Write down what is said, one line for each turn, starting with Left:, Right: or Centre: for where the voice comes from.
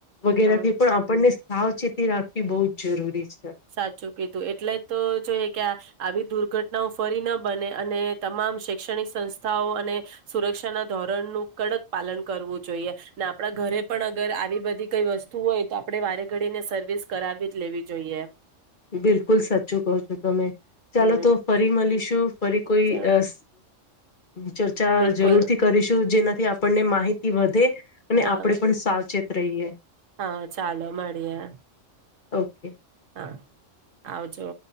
Left: વગેરે
Right: હમ
Left: થી પણ આપણને સાવચેતી રાખવી બોહ જ જરૂરી છે
Right: સાચુ કીધુ એટલે તો જોઈએ કે આ આવી દુર્ઘટનાઓ ફરી ન બને અને તમામ શૈક્ષણિક સંસ્થાઓ અને સુરક્ષાના ધોર રણ નું કડક પાલન કરવું જોઈએ ને આપડા ઘરે પણ અગર આવી બધી કઈ વસ્તુ હોય તો આપડે વારે ઘડીએ એને સર્વિસ કરાવી જ લેવી જોઈએ
Left: બિલકુલ સાચુ કહુ છો તમે ચાલો
Right: હમ
Left: તો ફરી મળીશુ ફરી કોઈ
Right: ચ
Left: અસ ચર્ચા
Right: બિલકુલ
Left: જરૂરથી કરીશુ જેના આપણને માહિતી વધે અને
Right: હા
Left: આપણેે પણ સાવચેત રહીએ
Right: હા ચાલો મળીએે
Left: ઓકે
Right: હા આવજો